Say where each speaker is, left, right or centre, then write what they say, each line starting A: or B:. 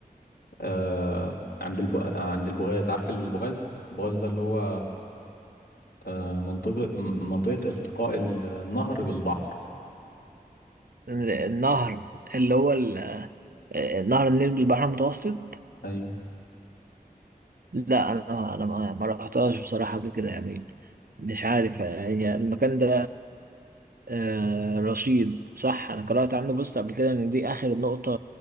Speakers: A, on the left (about 80°); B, on the right (about 65°).
A: آه عند الب... عند البغاز عارف البغاز البغاز ده اللي هو آه منطقة م- منطقة التقاء ال- النهر بالبحر
B: النهر اللي هو ال... آه، نهر النيل بالبحر المتوسط
A: ايوه
B: لا انا انا ما ما رحتهاش بصراحه قبل كده يعني مش عارف آه، هي المكان ده آه، رشيد صح انا قرات عنه بوست قبل كده ان دي اخر نقطه